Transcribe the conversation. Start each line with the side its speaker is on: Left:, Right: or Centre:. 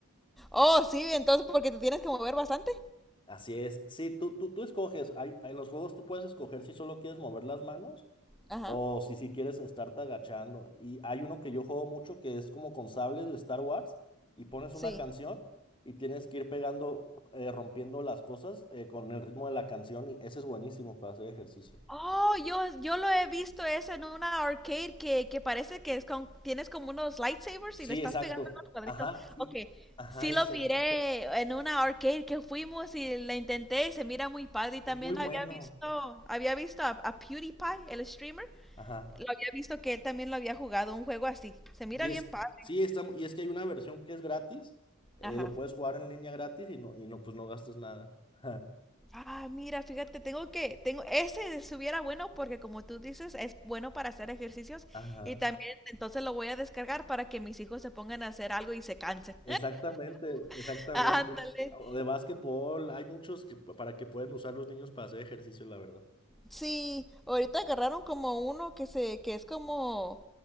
Centre: Oh, sí, entonces porque te tienes que mover bastante.
Left: Así es, sí, tú, tú, tú escoges, hay, en los juegos tú puedes escoger si solo quieres mover las manos
Centre: Ajá,
Left: O si si quieres estarte agachando. Y hay uno que yo juego mucho que es como con sables de Star Wars y pones
Centre: sí.
Left: una canción y tienes que ir pegando, eh, rompiendo las cosas eh, con el ritmo de la canción y ese es buenísimo para hacer ejercicio.
Centre: Oh, yo, yo lo he visto eso en una arcade que, que parece que es con- tienes como unos lightsabers
Left: Sí,
Centre: y le estás
Left: exacto.
Centre: pegando a los cuadritos.
Left: Ajá, y
Centre: Ok,
Left: ajá,
Centre: sí
Left: ese.
Centre: lo miré en una arcade que fuimos y la intenté y se mira muy padre. Y también
Left: Es muy bueno.
Centre: había visto, había visto a, a PewDiePie, el streamer,
Left: Ajá.
Centre: lo había visto que él también lo había jugado un juego así. Se mira
Left: Y es,
Centre: bien padre.
Left: sí, está, mu- y es que hay una versión que es gratis. eh,
Centre: Ajá.
Left: lo puedes jugar en línea gratis y no, y no, pues no gastas nada. <laughs>
Centre: Ah, mira, fíjate, tengo que, tengo, ese estuviera bueno porque como tú dices, es bueno para hacer ejercicios
Left: Ajá.
Centre: y también entonces lo voy a descargar para que mis hijos se pongan a hacer algo y se cansen.
Left: Exactamente, exactamente.
Centre: <laughs> Ándale.
Left: O de básquetbol, hay muchos que para que pueden usar los niños para hacer ejercicio, la verdad.
Centre: Sí, ahorita agarraron como uno que se, que es como,